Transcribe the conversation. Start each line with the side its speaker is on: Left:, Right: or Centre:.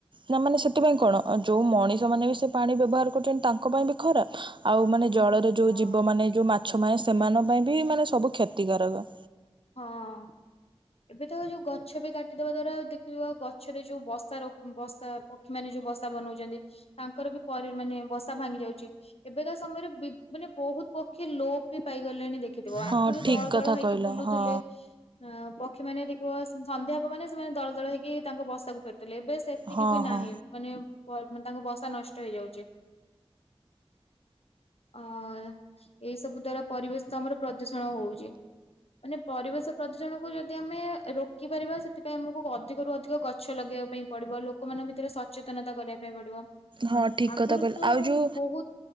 Right: ନା ମାନେ ସେଥିପାଇଁ କଣ? ଯୋଉ ମଣିଷ ମାନେ ବି ସେ ପାଣି ବ୍ୟବହାର କରୁଚନ୍, ତାଙ୍କ ପାଇଁ ବି ଖରାପ ଆଉ ମାନେ ଜଳରେ
Left: ହଁ।
Right: ଯୋଉ ଜୀବ ମାନେ ଯୋଉ ମା ଛ ମାନେ ସେମାନଙ୍କ ପାଇଁ ବି ମାନେ ସବୁ କ୍ଷତିକାରକ।
Left: ହଁ। ଏବେ ତ ଯୋଉ ଗଛ ବି କାଟିଦବା ଦ୍ଵାରା ଦେଖୁଥିବ ଗଛରେ ଯୋଉ ବସାର ବସା ପକ୍ଷୀ ମାନେ ଯୋଉ ବସା ବନଉଚନ୍ତି, ତାଙ୍କର ବି ପରି ମାନେ ବସା ଭାଙ୍ଗି ଯାଉଚି। ଏବେକା ସମୟରେ ବି ମାନେ ବହୁତ ପକ୍ଷୀ ଲୋପ୍ ବି ପାଇଗଲେଣି ଦେଖ୍ ଖିଥିବ,
Right: ହଁ
Left: ଆଗରୁ
Right: ଠିକ
Left: ଦଳ
Right: କଥା
Left: ଦଳ ହେଇକି
Right: କହିଲ
Left: ବୁଲୁ
Right: ହଁ
Left: ହଁ ପକ୍ଷୀ ମାନେ ଦେଖିବ, ସନ୍ଧ୍ୟା ହବ ମାନେ, ସେମାନେ ଦଳ ଦଳ ହେଇକି ତାଙ୍କ ବସାକୁ ଫେରୁଥିଲେ। ଏବେସ୍ ସେତିକି
Right: ହଁ
Left: ବି ନାହିଁ,
Right: ହଁ
Left: ମାନେ ପ ମାନେ ତାଙ୍କ ବସା ନଷ୍ଟ ହେଇଯାଉଚି। ଅ-ଅ ଏଇ ସବୁ ଦ୍ଵାରା ପରିବେଶ ତ ଆମର ପ୍ରଦୂଷଣ ହଉଚି। ମାନେ ପରିବେଶ ପ୍ରଦୂଷଣକୁୁ ଯଦି ଆମେ-ଏ ରୋକି ପାରିବା ସେଥିପାଇଁ ଆମକୁ ଅଧିକରୁ ଅଧିକ ଗଛ ଲଗେଇବା ପାଇଁ ପଡିବ। ଲୋକମାନଙ୍କ ଭିତରେ ସ୍ ଚେତନତା କରିବା ପାଇଁ ପଡିବ।
Right: ହଁ, ଠିକ୍
Left: ଆଗରୁ
Right: କଥା କହିଲ।
Left: ତ
Right: ଆଉ ଯଉ,
Left: ବହୁତ